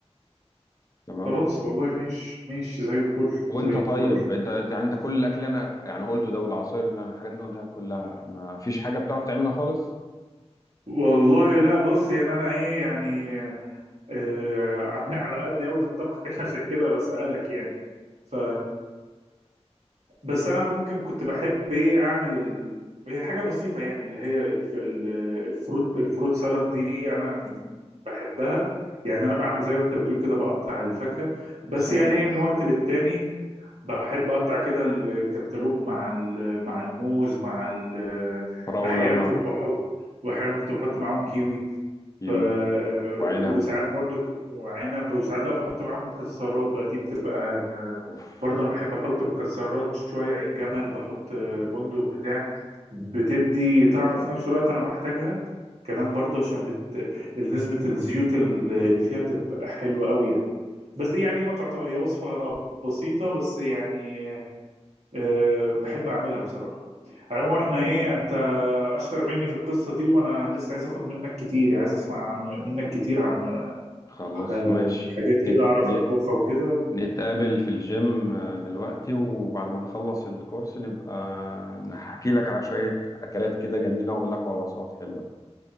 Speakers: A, on the left (about 30°); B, on the right (about 80°).
A: تمام
B: خلاص والله مش مش زي الفل
A: وانت
B: زي
A: طيب
B: الفل
A: انت يعني انت كل الاكل اللي انا يعني قلته ده والعصاير اللي انا الحاجات اللي قلتها كلها ما فيش حاجة بتعرف تعملها خالص
B: والله لا بص يعني انا ايه يعني آه، <laughs> على قد قوي في الطبخ كان <laughs> عشان كده بسألك يعني ف بس انا ممكن كنت بحب ايه اعمل ال... هي حاجه بسيطه يعني اللي هي الف... ال- الفروت الفروت سالاد دي انا بحبها يعني انا بعمل زي ما انت بتقول كده بقطع الفاكهه بس
A: يا سلام
B: يعني
A: عليك
B: ايه من وقت للتاني بحب اقطع كده الكنتالوب مع ال... مع الموز مع ال...
A: فراولة
B: احيانا
A: ما
B: كنت بحط واحيانا كنت بحط معاهم كيوي
A: كيوي
B: ف
A: وعنب
B: وساعات برضو ك- وعنب وساعات بقى بحط معاهم مكسرات بقى دي بتبقى
A: اوف
B: برضو انا بحب احط مكسرات شويه عين جمل بحط بندق بتاع بتدي طعم وفي نفس الوقت انا بحتاجها كمان برضو عشان بت... نسبه الزيوت اللي فيها بتبقى حلوه قوي يعني بس دي يعني ما تعتبر هي وصفه بسيطه بس يعني أه بحب اعملها بصراحه على العموم احنا
A: تمام
B: ايه انت اشطر مني في القصه دي وانا لسه عايز اخد منك كتير عايز اسمع عن منك كتير عن
A: خلاص
B: ح-
A: ماشي
B: حاجات كده
A: نت...
B: أعرف
A: نت...
B: أطبخها وكده
A: نتقابل في الجيم آه، دلوقتي وبعد ما نخلص الكورس نبقى نحكي لك على شوية أكلات كده جميلة وأقول لك على وصفات حلوة